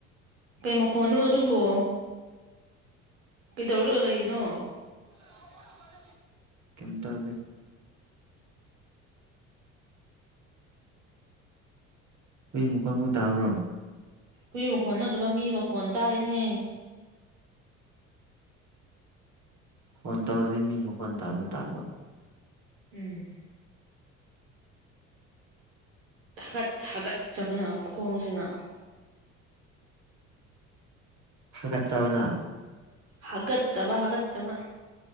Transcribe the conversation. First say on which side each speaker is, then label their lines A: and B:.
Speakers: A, on the right; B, on the right.
A: ꯀꯩ ꯃꯈꯣꯟꯅꯣ ꯑꯗꯨꯕꯨꯣ ꯀꯩꯗꯧꯔꯅ ꯂꯩꯔꯤꯅꯣ
B: ꯀꯩꯝ ꯇꯧꯗꯦ꯫ ꯍꯨꯏ ꯃꯈꯣꯏ ꯃꯨꯛ ꯇꯥꯕ꯭ꯔꯣ
A: ꯍꯨꯏ ꯃꯈꯣꯟ ꯅꯠꯇꯕ ꯃꯤ ꯃꯈꯣꯟ ꯇꯥꯏꯅꯦ꯫
B: ꯐꯣꯟ ꯇꯧꯔꯗꯤ ꯃꯤ ꯃꯈ‌ꯣꯟ ꯇꯥꯕ ꯇꯥꯕꯥ
A: ꯎꯝ ꯊꯀꯠ-ꯊꯒꯠꯆꯕꯅ ꯈꯣꯡꯖꯤꯅ
B: ꯍꯥꯒꯠ ꯆꯕꯅꯥ
A: ꯍꯥꯒꯠꯆꯥꯕ-ꯍꯥꯒꯠꯆꯕ꯫